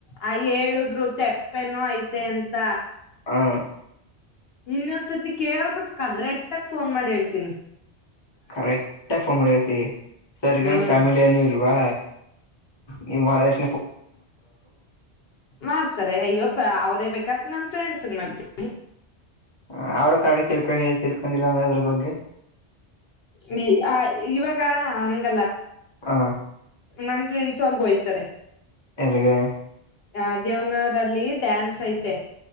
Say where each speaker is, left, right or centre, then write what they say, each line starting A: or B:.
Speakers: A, on the left; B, on the left.
A: ಆ ಹೇಳುದ್ರು ತಪ್ಪೆನೋ ಐತೆ ಅಂತ
B: ಹಾ
A: ಇನ್ನೊಂದ್ಸತಿ ಕೇಳ್ಬಿಟ್ ಕರೆಟ್ಗ ಫೋನ್ ಮಾಡಿ ಹೇಳ್ತೀನಿ
B: ಕರೆಕ್ಟ್ ಆಾಗಿ ಫೋನ್ ಮಾಡಿತಿ ಸರಿಗನ್
A: ಹ್ಮ್
B: ಫ್ಯಾಮಿಲಿ ಏನುೂ ಇಲ್ವಾ ನೀವು್ ಮಾಡದಷ್ಟ
A: ಮಾಡ್ತಾರೆ ಅಯ್ಯ ಅವರೇ ಬೇಕಾ ನಾ ಫ್ರೆಂಡ್ಸ್ ಮಾಡ್ತೀನಿ
B: ಹ ಅವ್ರ ಕಾರ್ಡಕ್ಕೆ ತಿಳ್ಕೊಂಡ ತಿಳ್ಕೊಂಡಿಲ್ಲ ಅಂದ್ರ ಅದ್ರ ಬಗ್ಗೆ
A: ನೀ ಇವಾಗ ಹಂಗಲ್ಲ
B: ಹ
A: ನನ್ ಫ್ರೆಂಡ್ಸ್ ಅಲ್ಲಿ ಹೋಗ್ತಾರೆ
B: ಎಲ್ಲಿಗೆ
A: ಆ ದೇವ್ನರಲ್ಲಿ ಡ್ಯಾನ್ಸ್ ಐತೆ